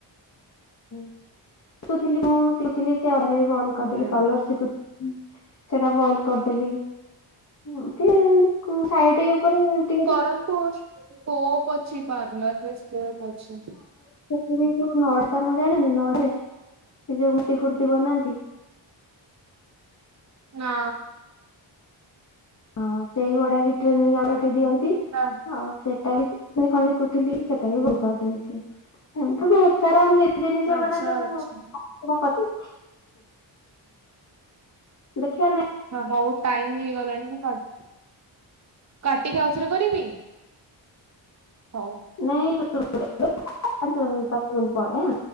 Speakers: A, on the left; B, on the right.
A: ହୁଁ ଶିଖୁଥିଲି ମୁଁ ଶିଖୁଥିଲି <unintelligible> ବନ୍ଦ କରିଦେଲି
B: ହୁଁ
A: ପାର୍ଲର ଶିକୁ ହୁଁ, ସେଟା ବନ୍ଦ କରିଦେଲି। ଏମିତି ଆଉଁ କଣ ସାଇଟି ଉପରେ ଟିକେ <unintelligible>
B: ତାଙ୍କୁ ସ୍କୋପ୍ ଅଛି ପାର୍ଲରେ, ସ୍କୋପ୍ ଅଛି।
A: ସେ ଯୋଉ ନଡ୍ କାମ ଜାଣନି, ନଡରେ ସେ ଯୋଉ ମୂର୍ତି ଫୁର୍ତି ବନାନ୍ତି।
B: ନା।
A: ହଁ, ସେଇଗୁଡା ବି ଟ୍ରେନିଂ ଆଉ ଏଠେ ଦିଅନ୍ତି।
B: ହଁ।
A: ଆଉ ସେଟା ବିତି <unintelligible> କଥିଲି ସେଟା ବିି ଭ କରିଦେଇଛି। ଏମିତି ବହୁତ ସାରା ନି ନିଜେ
B: ଆଚ୍ଛା
A: ନିଜେ ବରା ସବୁ
B: ଆଚ୍ଛା
A: <unintelligible> କରଦେଇଚି। ଦେଖିବା ନେ
B: ହଁ, ହଉ ଟାଇମ୍ ହେଇଗଲାଣି। ମୁଁ କାଟ୍ କାଟିକି ଆଉଥରେ କରିବି? ହଉ।
A: ନାଇଁ <inaudible> ପାଞ୍ଚ ମିନିଟ ପରେ ଆଁ।